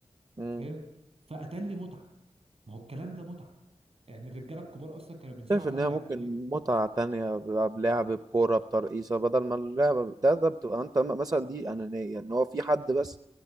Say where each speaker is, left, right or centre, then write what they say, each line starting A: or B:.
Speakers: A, on the right; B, on the right.
A: امم
B: فاهم فقتل لي متعه ما هو الكلام ده متعه يعني الرجاله الكبار اصلا كانوا بينزلوا
A: شايف
B: على
A: ان
B: القهوه
A: هي ممكن
B: يعملوا ايه
A: متعة تانية بقى بلعب بكورة بترقيصة بدل ما اللعبة ده ده بتبقى انت م- مثلا دي أنانية ان هو في حد بس